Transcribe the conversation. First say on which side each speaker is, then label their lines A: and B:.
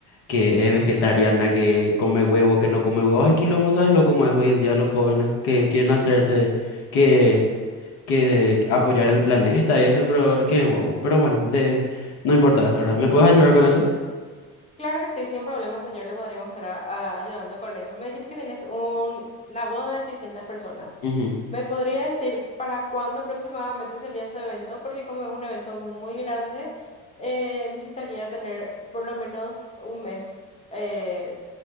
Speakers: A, on the left (about 70°); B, on the left (about 15°).
A: que es vegetariana, que come huevo, que no come huevo. Ay, quilombo, ¿sabes lo cómo es hoy en día los jóvenes que quieren hacerse, que, que apoyar el planeta y eso, pero qué guau. Pero bueno, de, no importa eso, ¿verdad? ¿Me puedes ayudar con eso?
B: Claro que sí, sin problema, señor, le podríamos estar a- a- ayudando con eso. Me dijiste que tienes un- una boda de 600 personas.
A: Ujú,
B: ¿Me podría decir para cuándo aproximadamente sería su evento? Porque como es un evento muy grande, eh, necesitaría tener por lo menos un mes eh,